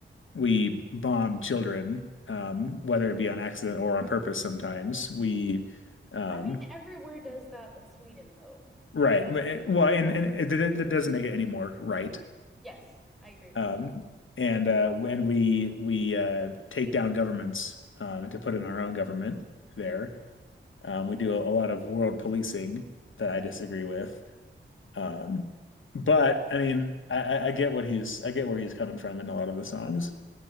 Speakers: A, on the left (about 75°); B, in the centre.
A: we bomb children, um, whether it be on accident or on purpose sometimes. We, um,
B: I mean, everywhere does that, but Sweden though.
A: right. Well, and, and it, that that doesn't make it any more right.
B: Yes, I agree with
A: Um,
B: that.
A: and uh, when we we uh, take down governments um, to put in our own government there, um, we do a, a lot of world policing that I disagree with. Um, but I mean, I, I I get what he's I get where he's coming from in a lot of the songs.